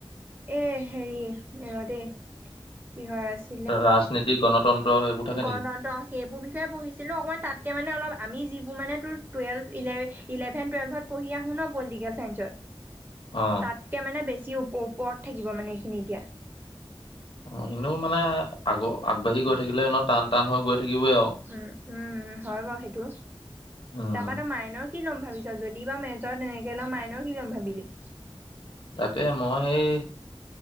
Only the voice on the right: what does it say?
এই হেৰি ৰ ডেই কিহৰ আছে
গণতন্ত্ৰ
সেইবোৰ বিষয়ে পঢ়িছিলোঁ অকণমানাতকৈ মানে অপ আমি যিবোৰ মান তোৰ টুৱেলভ ইলেভ ইলেভেন টুৱেল্ভত- পঢ়ি আহো ন পলিটিকেল চাইন্সত।
তাতকৈ মানে বেছিও ওপৰত থাকিব মানে এইখিনি এতিয়া-
উমঁ উমম হয় বাৰু সেইটো
তাৰপৰা ত মাইনৰ- কি ল'ম ভাবিছা যদি বা মেজৰ তেনেকে ল'ম মইনৰ কি ল'ম ভাবিলি-